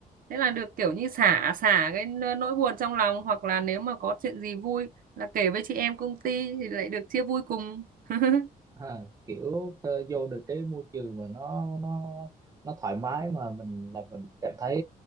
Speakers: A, on the right; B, on the right.
A: thế là được kiểu như xả xả cái n- nỗi buồn trong lòng hoặc là nếu mà có chuyện gì vui là kể với chị em công ty thì lại được chia vui cùng <laughs>
B: à, kiểu ờ, vô được cái môi trường mà nó nó nó thoải mái mà mình là mình cảm thấy